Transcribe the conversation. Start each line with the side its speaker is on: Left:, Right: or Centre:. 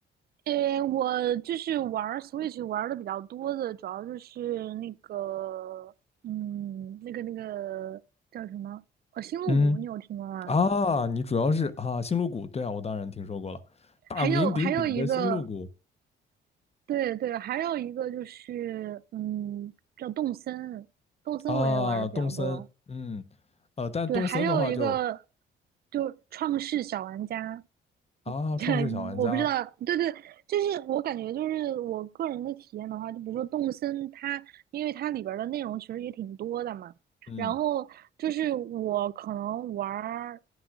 Right: 诶，我就是玩儿 Switch 玩的比较多的，主要就是那个，嗯，那个那个叫什么？呃，《星露谷，
Left: 嗯。
Right: 你有听过吗？
Left: 啊，你主要是啊，星露谷，对啊，我当然听说过了，大名鼎鼎的星露谷
Right: 还有还有一个，对对，还有一个就是，嗯，叫动森，动森我也玩的比较多。
Left: 啊，动森，嗯，呃，但动森的话就
Right: 对，还有一个就创世小玩家，<laughs>
Left: 啊，
Right: 对，
Left: 创世小玩家，
Right: 我不知道，对对，就是我感觉就是我个人的体验的话，就比如说动森它，因为它里边儿的内容其实也挺多的嘛，
Left: 嗯，
Right: 然后就是我可能玩儿，